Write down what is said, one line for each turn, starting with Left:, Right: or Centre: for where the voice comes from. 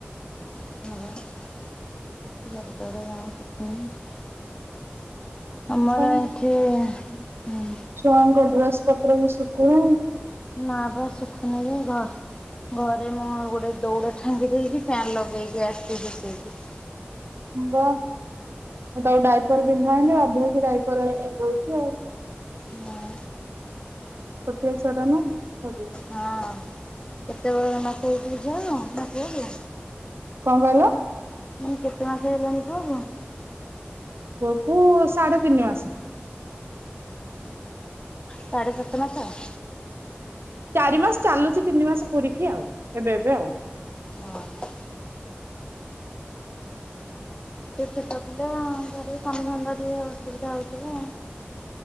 Left: <unintelligible> ଆମର
Right: ଆଉ।
Left: ଏଠି ହୁଁ
Right: ଛୁଆଙ୍କ ଡ୍ରେସ୍ ପତ୍ର ବି ଶୁଖନେଇ।
Left: ନାବା ଶୁଖୁନି ଯେ ଘର୍ ଘର୍ ଆରେ ମୁଁ ଗୋଟେ ଦୌଉଡ଼ା ଟାଙ୍ଗି ଦେଇକି ଫ୍ୟାନ୍ ଲଗେଇକି ଆସିିଥିଲି। <unintelligible>
Right: ବା ମୁଁ ତାକୁ ଡାଇପର ପିନ୍ଧାଏନି ବାଧହେଇକି ଡାଇପର ପିନ୍ଧାଉଛି ଆଉ।
Left: ହଁ।
Right: ଛୋଟିଆ ଛୁଆ ଟା ନା <unintelligible>
Left: ହଁ କେତେବେଳେ ମାସ ହେଇଛି କି ଝିଅ ତୋ ପୁଅକୁ?
Right: କଣ କହିଲ।
Left: ମୁଁ କେତେ ମାସ ହେଲାଣି ପୁଅ କୁ?
Right: ପୁଅକୁ ସାଢେ ତିନି ମାସ।
Left: ସାଢେ ସାତ ମାସ।
Right: ଚାରି ମାସ ଚାଲୁଚି ତିନି ମାସ ପୁରୀକି ଆଉ ଏବେ ଏବେ ଆଉ।
Left: ଓ ହୋ। ଏତେ ଛୋଟ ପିଲା ଘରେ କମ ଧନ୍ଧା ଟିକେ ଅସୁବିଧା ହଉଥିବ।